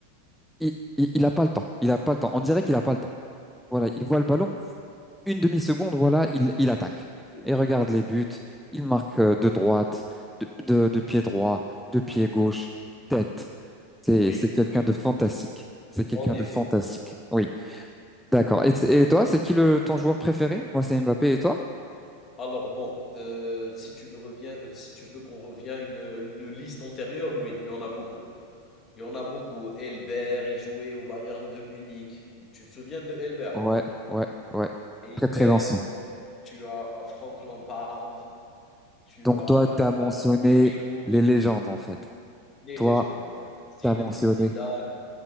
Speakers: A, in the centre; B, on the left.
A: Il, il, il a pas le temps. Il a pas le temps. On dirait qu'il a pas le temps. Voilà, il voit le ballon. Une demi-seconde, voilà, il, il attaque.
B: Oui,
A: Et regarde les buts. Il marque euh, de droite, de, de- de pied droit, de pied gauche, tête. C'est,
B: oui,
A: c'est quelqu'un
B: oui,
A: de fantastique. C'est quelqu'un
B: en
A: de
B: effet.
A: fantastique. Oui, d'accord. Et, et toi, c'est qui le, ton joueur préféré? Moi, c'est Mbappé et toi?
B: Alors bon, heu, si tu veux reviens heu, si tu veux qu'on revient une, une liste antérieure, oui, il y en a beaucoup. Il y en a beaucoup. Elbert, il jouait au Bayern de Munich. Tu te souviens de Elbert?
A: Ouais, ouais, ouais.
B: Elbert,
A: Très, très lanceur.
B: tu as Frank Lampard, tu
A: Donc,
B: as,
A: toi, t'as mentionné
B: heu, Wayne Rooney,
A: les légendes, en fait.
B: les
A: Toi,
B: légendes en fait.
A: t'as
B: Zinedine
A: mentionné.
B: Zidane,